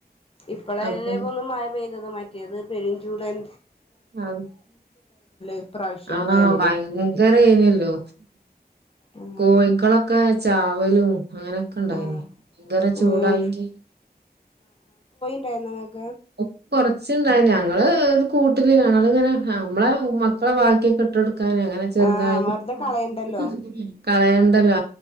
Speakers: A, on the left; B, on the right.
A: ഇപ്പള്ളല്ലേപ്പോ
B: അപ്പൊ
A: ഒന്ന് മഴ പെയ്തത് മ ത് പെരുംചൂടൻ
B: അ
A: ഇപ്രാവശ്യം
B: ആ
A: വേനല്
B: ഭയങ്കരേന്യല്ലോ
A: അങ്ങനെ
B: കോഴിക്കളൊക്കെ- ചാവലും അങ്ങനൊക്കെ ഇണ്ടായിന്
A: ആഹ്
B: ഇതരേ ചൂടായിട്ട്
A: ഏഹ് ഴി നിങ്ങക്ക്
B: ഓ കൊറച്ചുണ്ടായിനി ഞങ്ങ ഞങ്ങള് കൂട്ടി അത് ഇങ്ങനെ നമ്മളെ മക്കളെ ബാക്കിയൊക്കെ ഇട്ടടു ക്കാന അങ്ങനെ ചെറുതായി
A: ആഹ് വെറുതെ കളയണ്ടല്ലോ
B: <inaudible> കളയേണ്ടലോ